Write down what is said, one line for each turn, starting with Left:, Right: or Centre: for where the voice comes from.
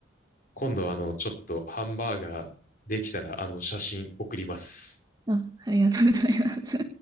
Left: 今度、あの、ちょっとハンバーガーできたら、あの、写真送ります。
Right: あ、ありがとうございます。